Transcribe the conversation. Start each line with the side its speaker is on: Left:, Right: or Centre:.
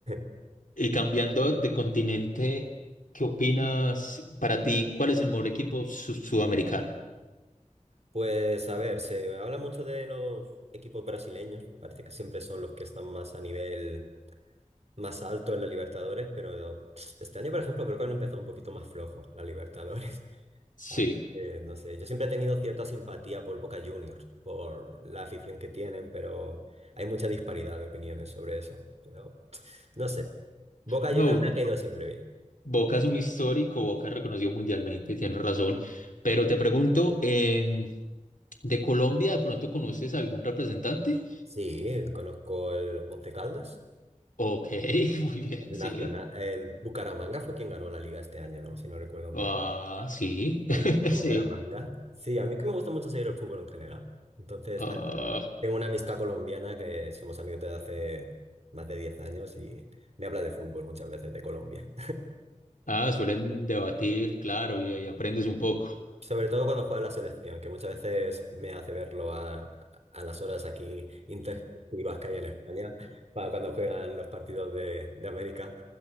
Right: <laughs>
Left: Y cambiando de continente, ¿qué opinas para ti? ¿Cuál es el mejor equipo su- sudamericano?
Right: Pues a ver, se habla mucho de los equipos brasileños, parece que siempre son los que están más a nivel más alto en la Libertadores, pero este año, por ejemplo, creo que han empezado un poquito más flojos la Libertadores.
Left: Sí.
Right: Así que, no sé, yo siempre he tenido cierta simpatía por Boca Juniors, por la afición que tienen, pero hay mucha disparidad de opiniones sobre eso. Pero no sé, Boca
Left: No,
Right: Juniors me ha caído siempre bien.
Left: Boca es un histórico, Boca es reconocido mundialmente, tienes razón. Pero te pregunto, em, ¿de Colombia de pronto conoces algún representante?
Right: Sí, conozco el Once Caldas,
Left: Ok, <laughs> muy bien,
Right: el
Left: sí.
Right: Nacional, el Bucaramanga fue quien ganó la liga este año, ¿no? Si no recuerdo mal.
Left: Ah, sí,
Right: El
Left: <laughs>
Right: Atlético
Left: sí.
Right: Bucaramanga. Sí, a mí es que me gusta mucho seguir el fútbol en general. Entonces,
Left: Ah,
Right: a- tengo una amistad colombiana que somos amigos desde hace más de 10 años y me habla de fútbol muchas veces de Colombia.
Left: ah, suelen debatir, claro, y, y aprendes un poco.
Right: Sobre todo cuando juega la selección, que muchas veces me hace verlo a, a las horas aquí intempestivas que hay en España, para cuando juegan los partidos de, de América.